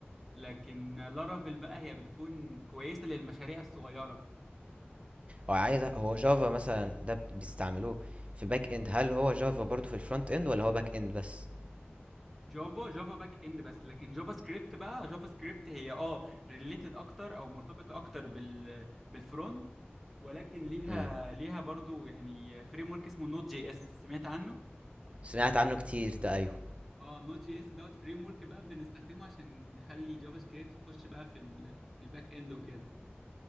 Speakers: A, in the centre; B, on the right.
A: لكن لارافيل بقى هي بتكون كويسه للمشاريع الصغيره
B: هو عايز هو جافا مثلا ده بيستعملوه في باك اند هل هو جافا برضو في الفرونت اند ولا هو باك اند بس
A: جافا جافا باك اند بس لكن جافا سكريبت بقى جافا سكريبت هي اه ريليتد اكتر او مرتبطه اكتر بال بالفرونت ولكن ليها
B: امم
A: ليها برضو يعني فريم ورك اسمه نوت جي اس سمعت عنه
B: سمعت عنه كتير ده ايوه
A: اه نوت جي اس دوت فريم ورك بقى بنستخدمه عشان نخلي جافا سكريبت تخش بقى في ال- في الباك اند وكده